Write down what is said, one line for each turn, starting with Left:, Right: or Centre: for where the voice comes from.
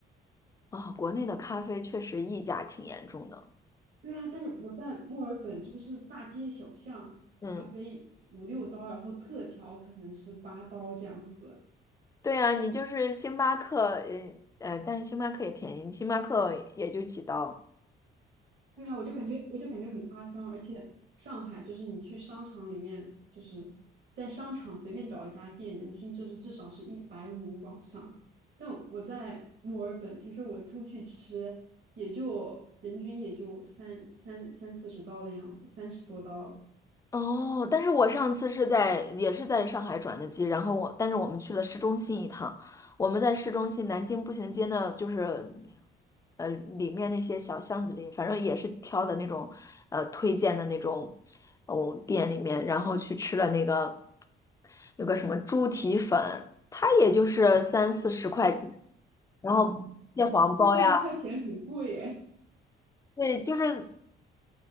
Left: 啊、国内的咖啡确实溢价挺严重的。
Right: 对啊，但是我在墨尔本就是大街小巷，
Left: 嗯，
Right: 咖啡五六刀，然后特调可能是八刀这样子。
Left: 对啊，你就是星巴克，呃呃，但是星巴克也便宜，星巴克也就几刀。
Right: 对啊，我就感觉我就感觉很夸张，而且上海就是你去商场里面，就是在商场随便找一家店，人均就是至少是一百五往上。但我在墨尔本，其实我出去吃也就人均也就三三三四十刀的样子，三十多刀，
Left: 哦，但是我上次是在也是在上海转的机，然后我但是我们去了市中心一趟，我们在市中心南京步行街呢，就是呃里面那些小巷子里，反正也是挑的那种呃推荐的那种哦店里面，然后去吃了那个有个什么猪蹄粉，它也就是三四十块钱，然后蟹黄包呀，
Right: <laughs> 三四十块钱很贵耶。
Left: 对，就是